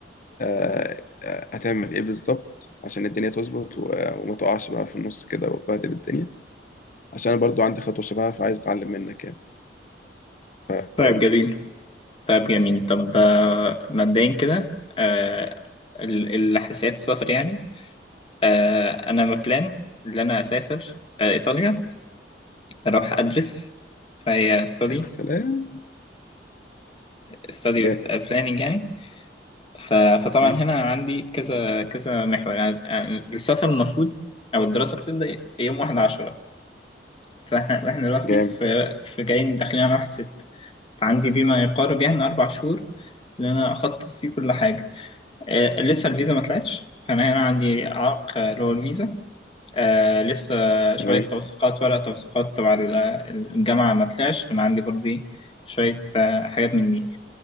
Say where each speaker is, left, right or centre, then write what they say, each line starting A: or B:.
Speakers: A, on the left (about 45°); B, on the left (about 30°).
A: آه آه، هتعمل ايه بالظبط عشان الدنيا تظبط و- وما تقعش بقى في النص كده وتبهدل الدنيا عشان انا برضو عندي خطوة شبهها فعايز اتعلم منك يعني فقول
B: طيب جميل
A: لي
B: طيب جميل طب آه، مبدئيا كده آه، ال- الحساسيات السفر يعني آه، أنا مبلان إن أنا أسافر آه، إيطاليا أروح أدرس فهي ستادي
A: يا سلام
B: ستادي
A: جامد
B: بلاننج يعني ف- فطبعا
A: مم،
B: هنا عندي كذا كذا محور يعني آه، السفر المفروض أو الدراسة بتبدأ يوم واحد عشرة فاحنا واحنا دلوقتي
A: جامد
B: في, في جايين داخلين على واحد ست فعندي بيه ما يقارب يعني أربع شهور اللي أنا أخطط فيه كل حاجة آه لسه الفيزا ما طلعتش فأنا هنا عندي عائق آه، اللي هو الفيزا آه لسه شوية
A: تمام
B: توثيقات ورق توثيقات تبع ال- الجامعة ما طلعش فأنا عندي برضه إيه، شوية آه، حاجات من دي